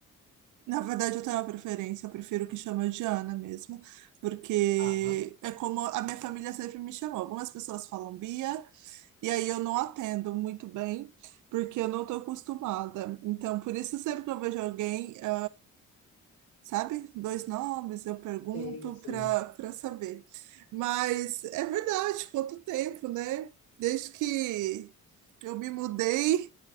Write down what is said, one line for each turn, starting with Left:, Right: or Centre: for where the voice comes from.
Right: na verdade, eu tenho uma preferência. Eu prefiro que chama de Ana mesmo. Porque
Left: Aham,
Right: é como a minha família sempre me chamou. Algumas pessoas falam Bia, e aí eu não atendo muito bem, porque eu não estou acostumada. Então, por isso, sempre que eu vejo alguém. é sabe? Dois nomes, eu pergunto
Left: sim, sim,
Right: para para saber. Mas é verdade, quanto tempo, né? Desde que eu me mudei,